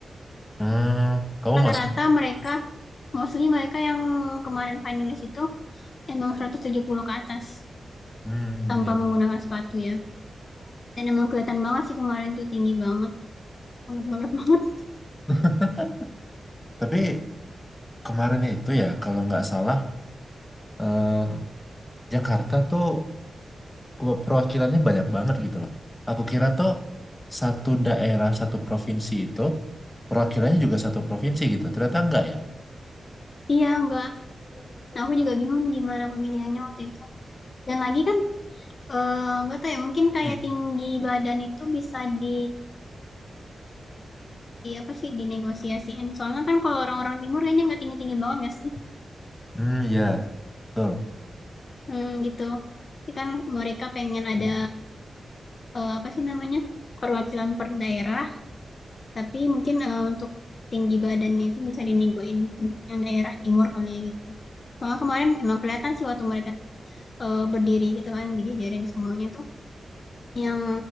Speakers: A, on the left (about 20°); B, on the left (about 55°).
A: hmm, kamu
B: Rata-rata
A: masuk.
B: mereka, mostly mereka yang kemarin finalis itu emang 170 ke atas
A: Hmm,
B: tanpa
A: iya,
B: menggunakan
A: iya. iya.
B: sepatu ya. Dan emang kelihatan banget sih kemarin tuh tinggi banget, banget banget banget.
A: <laughs> Tapi kemarin itu ya, kalau nggak salah, eh, Jakarta tuh pe- perwakilannya banyak banget gitu loh. Aku kira tuh satu daerah, satu provinsi itu perwakilannya juga satu provinsi gitu. Ternyata enggak ya.
B: Iya enggak. Nah, aku juga bingung gimana pemilihannya waktu itu. Dan lagi kan eh, enggak eh, tahu ya mungkin kayak
A: Hmm,
B: tinggi badan itu bisa di di apa sih dinegosiasiin. Soalnya kan kalau orang-orang timur kayaknya nggak tinggi-tinggi banget nggak sih?
A: Hmm, iya. Betul.
B: Hmm, gitu. Jadi kan mereka pengen ada eh, apa sih namanya perwakilan per daerah Tapi mungkin eh, untuk tinggi badannya itu bisa dinegoin untuk yang daerah timur kali ya gitu. ya. Soalnya kemarin emang kelihatan sih waktu mereka eh, berdiri gitu kan dijajarin semuanya tuh yang